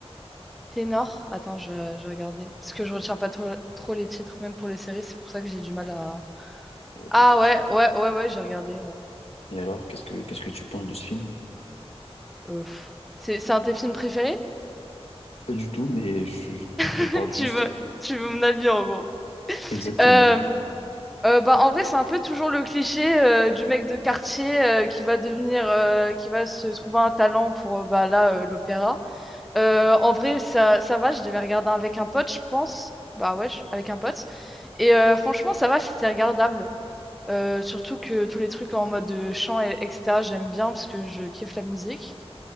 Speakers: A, in the centre; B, on the left.
A: Ténor? Attends, je vais je vais regarder. Parce que je retiens pas trop, trop les titres, même pour les séries. C'est pour ça que j'ai du mal à...
B: Euh, pas
A: Ah
B: de souci.
A: ouais, ouais, ouais, ouais, j'ai regardé, ouais.
B: Et alors, qu'est-ce que qu'est-ce que tu penses de ce film?
A: Euh, pff. c'est c'est un de tes films préférés?
B: Pas du tout, mais je, je t'en
A: <laughs>
B: parle
A: Tu
B: juste.
A: veux, tu veux mon avis en gros.
B: Exactement.
A: Euh, euh, bah, en vrai, c'est un peu toujours le cliché euh, du mec de quartier euh, qui va devenir, euh, qui va se trouver un talent pour euh, bah, là, euh, l'opéra. Euh, en vrai, ça, ça va, je devais regarder avec un pote, je pense. Bah ouais, je- avec un pote. Et euh, franchement, ça va, c'est regardable. Euh, surtout que tous les trucs en mode euh, chant, et- etc., j'aime bien parce que je kiffe la musique.